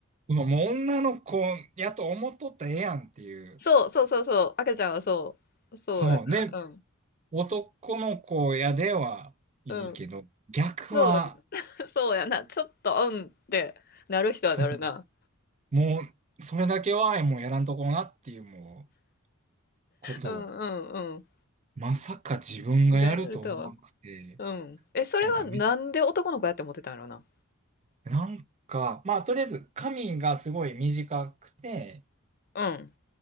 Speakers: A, on the right; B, on the left.
A: う、もうもう女の子やと思っとったらええやんっていう。
B: そう、そうそうそう。赤ちゃんはそう。そうやな。
A: そう。で、
B: うん。
A: 男の子やではいいけど、
B: うん。
A: 逆は、
B: そう、<laughs> そうやな。ちょっと、うんってなる人はなるな。
A: そう、もう、それだけはもうやらんとこなっていう、もう、ことを。
B: うんうん
A: まさか自分がやると思わなくて、
B: うん。がやるとは。うん。え、それはなんで男の子やって思ってたんやろな。
A: なんかめ、なんか、まあとりあえず髪がすごい短くて、
B: うん。